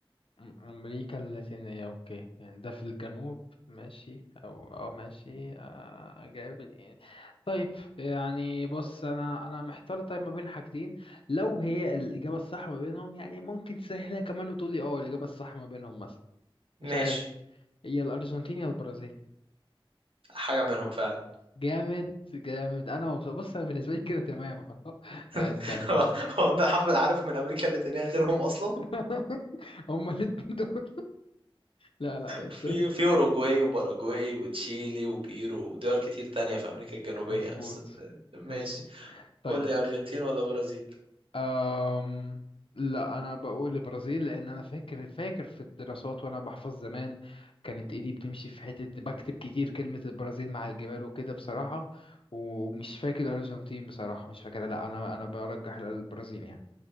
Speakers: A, on the left; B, on the right.
A: أم- أمريكا اللاتينية أوكي يعني ده في الجنوب ماشي أو أو ماشي آه، أجاوب يعني طيب يعني بص أنا أنا محتار طيب ما بين حاجتين لو هي الإجابة الصح ما بينهم يعني ممكن تسهلها كمان وتقول لي أه الإجابة الصح ما بينهم مثلا
B: ماشي
A: مش عارف يا الأرجنتين يا البرازيل
B: حاجه منهم فعلا
A: جامد جامد أنا مبسوط بص أنا بالنسبة لي كده تمام خلاص <laughs> لا، استنى
B: <laughs> هو هو انت حافظ عارف من امريكا اللاتينيه غيرهم اصلا
A: <laughs> هما الاتنين دول لا لا استنى
B: في في اوروجواي وباراجواي وتشيلي وبيرو ودول كتير تانية في امريكا الجنوبية
A: مظبوط
B: بس ماشي
A: مظبوط طيب
B: قول لي ارجنتين ولا برازيل <laughs>
A: أم... لا انا بقول البرازيل لان انا فاكر فاكر في الدراسات وانا بحفظ زمان كانت ايدي بتمشي في حته بكتب كتير كلمه البرازيل مع الجبال وكده بصراحه ومش فاكر الارجنتين بصراحه مش فاكر لا انا انا برجح للبرازيل يعني